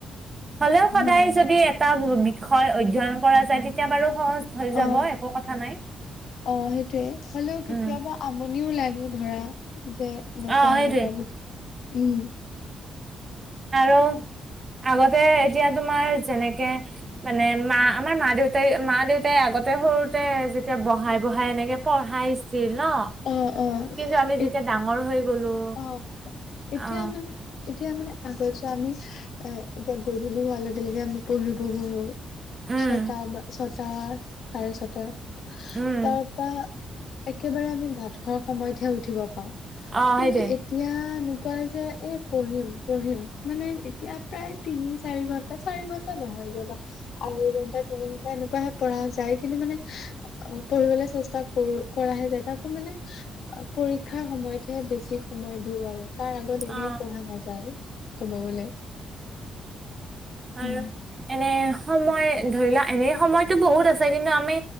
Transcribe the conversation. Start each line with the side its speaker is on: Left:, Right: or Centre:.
Right: হ'লেও
Left: অ
Right: সদায় যদি, এটা বিষয় অধ্যয়ন কৰা যায় তেতিয়া বাৰু সহজ। হৈ যাব
Left: অ',
Right: একো কথা নাই
Left: অ', সেইটোৱে, হ'লেও কেতিয়াবা
Right: উম
Left: আমনিও লাগে। ধৰা, যে এনেকুৱা-এনেকুৱা
Right: অ সেইটোৱে
Left: বুলি উম।
Right: আৰু। আগতে, এতিয়া তোমাৰ যেনেকে মানে মা, আমাৰ মা দেউতাই, মা দেউতাই আগত। আগতে, সৰুতে যেতিয়া বহাই-বহাই, এনেকে পঢ়াই চি <unintelligible> ন',
Left: অ
Right: কিন্তু আমি যেতিয়া
Left: অ
Right: ডাঙৰ হৈ গলো।
Left: অ',
Right: অ
Left: এতিয়া মানে। এতিয়া মানে আগত যে, আমি এ-এতিয়া গধূলি হোৱাৰ লগে লগে আমি পঢ়িব বঢ়ো।
Right: উম
Left: ছটা বা ছটা, চাৰে ছটা
Right: উম
Left: তাৰপা। একেবাৰে আমি ভাত খোৱাৰ সময়তহে উঠিব পাওঁ।
Right: অ
Left: কিন্তু
Right: সেইটোৱে
Left: এতিয়া কোৱা যে, এ পঢ়িম-পঢ়িম, মানে এতিয়া প্ৰায় তিনি চাৰি ঘন্টা, চাৰি ঘন্টা নহয়। আঢ়ৈ ঘণ্টা, তিনি ঘন্টা এনেকুৱাহে পঢ়া যায়, কিন্তু মানে, পঢ়িবলৈ চেষ্টা কৰো কৰাহে যায় তাকো মানে পৰীক্ষাৰ সময়তহে বেছি সময় দিওঁ আৰু। তাৰ আগত এনেই
Right: অ
Left: পঢ়া নাযায় ক'ব গলে।
Right: আৰু
Left: উম,
Right: এনে সময় ধৰি লোৱা এনে সময়তো বহুত আছে কিন্তু আমি